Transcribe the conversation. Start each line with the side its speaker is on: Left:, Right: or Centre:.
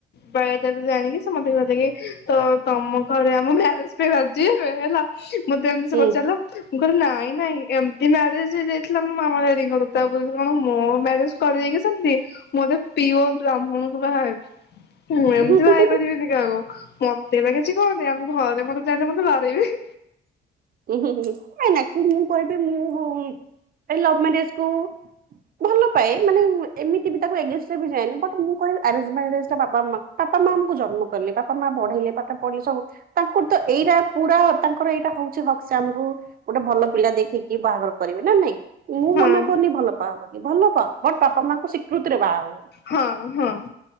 Left: ପାଏ ତତେ ଜାଣିକି ସମସ୍ତେ କହିଲେ କି ତ ତମ ଘରେ ଆମ ମ୍ୟାରେଜ ପାଇଁ ରାଜି ଏବେ ହେଲା ମତେ ଏମିତି ସେ
Right: ହୁଁ।
Left: ପଚାରିଲା ମୁଁ କହିଲି ନାଇଁ ନାଇଁ ଏମତି ମ୍ୟାରେଜ ହେଇଯାଇଥିଲା ମୋ ମାମା ଡାଡିଙ୍କର ତା ବୋଲି କଣ ମ୍ ମୋ ମ୍ୟାରେଜ କରିବେକି ସେମତି ମୁଁ ଏବେ ପିଓର ବ୍ରାହ୍ମଣକୁ ବାହାହେବି। ମୁଁ
Right: ହୁଁ
Left: ଏମତି
Right: ହୁଁ
Left: ବାହାହେଇ
Right: ହୁଁ
Left: ପାରିବିନି କହାକୁ ମ ତେ ଏବେ କିଛି କହନି ଆମ ଘରେ ମତେ ଜାଣିଲେ ମତେ ବାଡେଇବେ।
Right: ଉଁ ହୁଁ ହୁଁ ହୁଁ ନାଇଁ ନାଇଁ ଆକଚୋଲି ମୁଁ କହିବି ମୁଁ ଉଁ ଏଇ ଲବ ମାରେଜକୁ ହୋଉ ଭଲ ପାଏ ମାନେ ଏମିତି ବି ତାକୁ ଏଗେନଷ୍ଟରେ ବି ଯାଏନି ବଟ୍ ମୁଁ କ ବାପା ମାଆ ବାପା ମାଆ ଆମକୁ ଜନ୍ମ କଲେ ବାପା ମାଆ ବଢେଇଲେ ପାଠ ପଢଲେ ସବୁ ତାଙ୍କର ତ ଏଇଟା ପୁରା ତାଙ୍କର ଏଇଟା ହୋଉ ଛି ହକ୍ ସେ ଆମକୁ ଗୋଟେ ଭଲ ପିଲା ଦେଖିକି ବାହାଘର କରିବେ ନା ନାଇଁ। ମୁଁ
Left: ହଁ
Right: ମନା କରୁନି ଭଲ ପାଅ ବୋଲି ଭଲ ପାଅ ବଟ୍ ବାପା ମାଙ୍କ ସିକୃତିରେ ବାହାହୁଅ।
Left: ହଁ ହଁ।